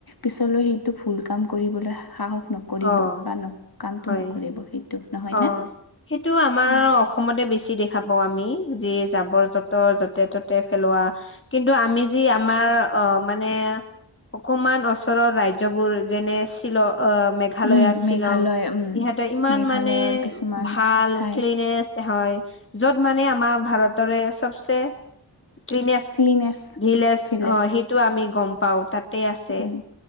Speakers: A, on the left; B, on the left.
A: পিছলৈ সেইটো ভুল কাম কৰিবলৈ সাহস নকৰিব
B: অ
A: বা ন কামটো
B: হয়
A: নকৰিব সেইটো নহয়নে?
B: অ, সেইটো আমাৰ
A: উম।
B: অসমত। বেছি দেখা পা আমি যে জাবাৰ যুঠৰ জেতে ততে পেলোৱা কিন্তু আমি যি আমাৰ, অ', মানে অকমান ওচৰৰ ৰাজ্যবোৰ যেনে শ্বিল অ', মেঘালয়
A: উম
B: শ্বিলং
A: মেঘালয় উম
B: ইহঁতেৰ ইমান
A: মেঘালয়ৰ
B: মানে
A: কিছুমান
B: ভাল
A: ঠাই
B: ক্লিনেছ হয়, য'ত মানে আমাৰ ভাৰতৰে চবচে ক্লিনেছ
A: ক্লিনেছ
B: ভিলজ
A: ভিলেজ
B: হয়, সেইটো আমি গম পাওঁ, তাত তাতে আছে,
A: উম